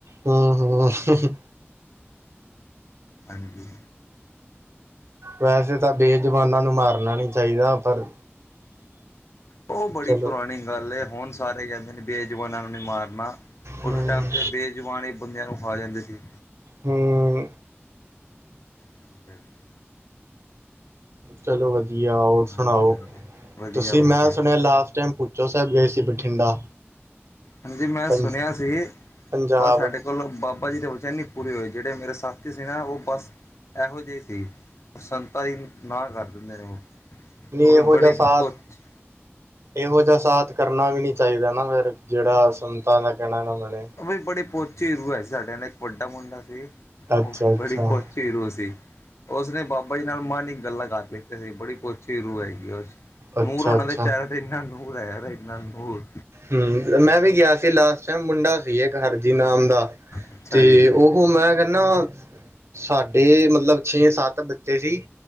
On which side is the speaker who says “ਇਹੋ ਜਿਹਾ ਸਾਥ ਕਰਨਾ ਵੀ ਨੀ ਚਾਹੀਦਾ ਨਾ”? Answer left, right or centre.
Right